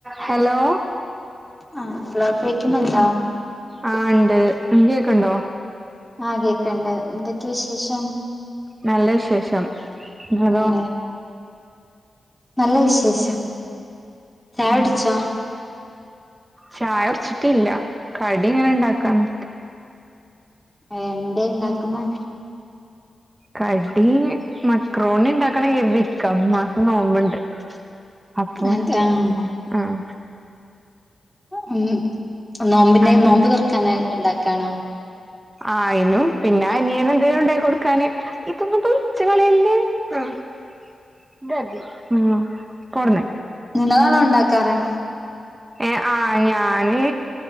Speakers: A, on the right (about 25°); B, in the centre.
A: Hello
B: ആഹ് hello കേക്കുന്നുണ്ടോ
A: ആഹ് ഇണ്ട് അൻക്ക്‌ കേക്ക്ണ്ടോ
B: ആഹ് കേക്ക്‌ണ്ട് എന്തൊക്കെ വിശേഷം
A: നല്ല വിശേഷം ഇങ്ങളതൊ
B: അതെ നല്ല വിശേഷം ചായ
A: ഉം
B: കുടിച്ചോ
A: ചായടുച് ട്ടില്ല കടി ഇങ്ങനെ ഇണ്ടാക്കാണ്
B: ആഹ് എന്തേ ഇണ്ടാക്കുന്ന്‌
A: കടീ മക്രോണി ഇണ്ടാക്കണം കരുതിക്ക മ്മാക് നോമ്പ്ണ്ട് അപ്പോ
B: അതെ ആഹ്
A: ഉം ആഹ്
B: ഉം നോമ്പിനെയ്
A: അനിയ
B: നോമ്പ് തൊറക്കാന് ഇണ്ടാക്കാണോ
A: ആയിനും പിന്നെ അനിയന് എന്തേലും ഉണ്ടായി കൊടുക്കാന്. ഇപ്പന്നട്ട് തിച്ച കളയല്ലേ ആഹ് ഇദ്അതി ഉം പോവ്ട്ന്ന്
B: ങ്ങളാണോ ഉണ്ടാക്കാറ്
A: ഏഹ് ആഹ് ഞാന്